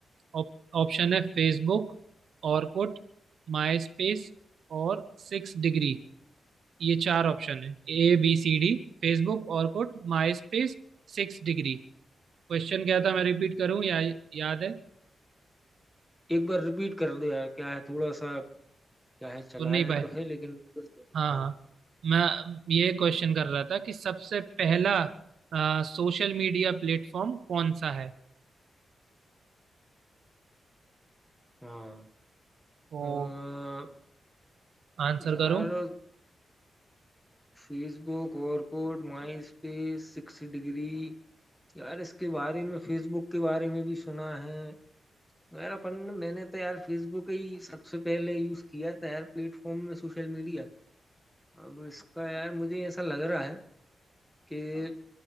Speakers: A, on the right (about 75°); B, in the centre.
A: ऑप- ऑप्शन है फेसबुक ऑरकुट माई स्पेस और सिक्स डिग्री ये चार ऑप्शन है A B C D Facebook Orkut MySpace six degree Question क्या था मैं रिपीट करूं या याद है
B: एक बार रिपीट कर दो यार क्या है थोड़ा सा क्या है
A: सुन
B: चलाया
A: नहीं पाए
B: तो है लेकिन फिर से-
A: हाँ
B: हाँ
A: हाँ मैं ये क्वेश्चन कर रहा था कि सबसे पहला सोशल मीडिया प्लेटफॉर्म कौन सा है
B: हाँ
A: तो
B: अ,
A: आंसर
B: यार
A: करो
B: फेसबुक और कोड माई स्पेस सिक्स डिग्री यार इसके बारे में फेसबुक के बारे में भी सुना है यार अपन मैंने तो यार फेसबुक ही सबसे पहले यूज किया था यार प्लेटफॉर्म में सोशल मीडिया अब इसका यार मुझे ऐसा लग रहा है कि